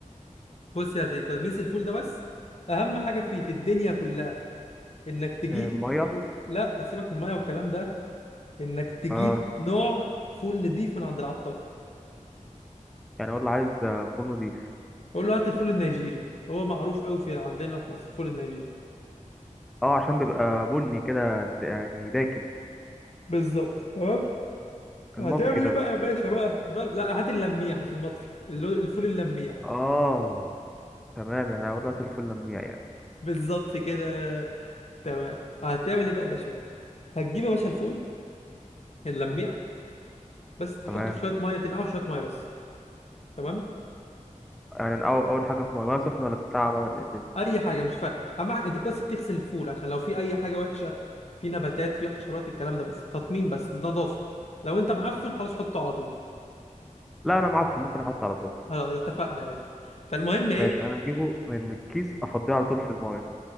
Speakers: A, on the left; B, in the centre.
A: بص يا سيدي تدميس الفول ده بس اهم حاجة فيه في الدنيا كلها انك تجيب
B: آه، ميه
A: لا سيبك من المية والكلام ده انك تجيب
B: اه
A: نوع فول نضيف من عند العطار
B: يعني اقول له عايز آه، فول نضيف
A: بقول له هات الفول النيجيري هو معروف قوي في عندنا في مصر الفول النيجيري
B: اه عشان بيبقى بني كده د- يعني داكن
A: بالظبط تمام
B: المطفي
A: هتعمل
B: ده
A: ايه بقى يا باشا بقى ده لا هات اللميع مش المطفي اللو- الفول اللميع
B: اه تمام يعني اقول لك الفل لميع يعني
A: بالظبط كده تمام هتعمل ايه بقى يا باشا هتجيب يا باشا الفول اللميع بس
B: تمام
A: تحطه في شويه ميه تنقعه في شويه ميه بس تمام
B: يعني أنا اول اول حاجه في ميه ميه سخنه ولا الساعه بقى ولا إيه الدنيا
A: اي حاجه مش فارقه اما ع- انت بس بتغسل الفول عشان لو في اي حاجه وحشه في نباتات في حشرات الكلام ده بس تطمين بس نظافه لو انت معفن خلاص حطه على طول
B: لا انا معفن ممكن احط على طول
A: خلاص اتفقنا يا باشا فالمهم ايه
B: ماشي انا اجيبه من الكيس افضيه على طول في الميه